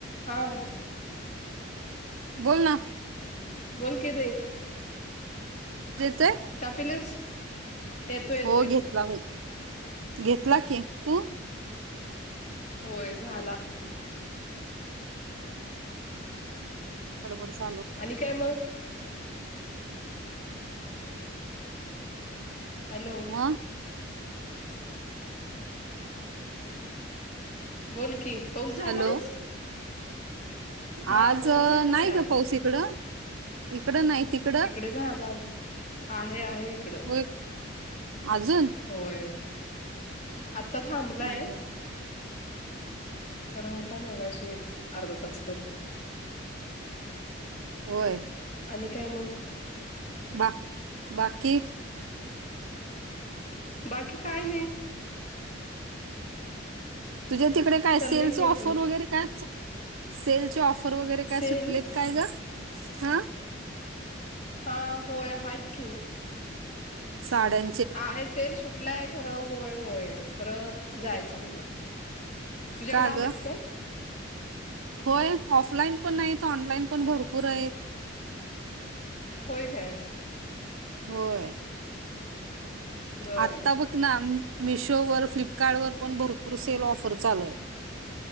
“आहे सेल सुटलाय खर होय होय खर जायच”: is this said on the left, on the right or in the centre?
Left